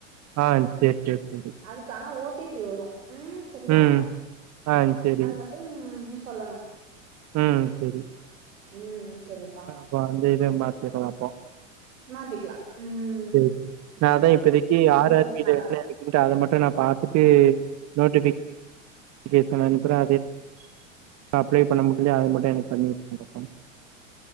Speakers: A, on the right; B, on the right.
A: ஆஹ் சேரி சேரி சரி
B: அதுக்கு ஆனா ஓடிபி வரு ம் சரியா
A: ம். ஆ சரி.
B: அது மட்டு டும் சொல்லணு
A: ம் சரி
B: உம் சரிப்பா
A: இப்ப வந்து இத மாத்திரலா அப்போ
B: மாத்திக்கலா உம்
A: சரி நா அதா இப்போதைக்கு ஆறு
B: பிரச்சன
A: ஆர்மில
B: இல்ல
A: என்ன இருக்கு அத மட்டு நா பாத்தாட்டு நோட்டிஃபிகேஷன் அனுப்புறே
B: உம் <unintelligible>
A: அப்ளை பண்ண முடியுது அது மட்டு அனுப்புங்க எனக்கு பண்ணி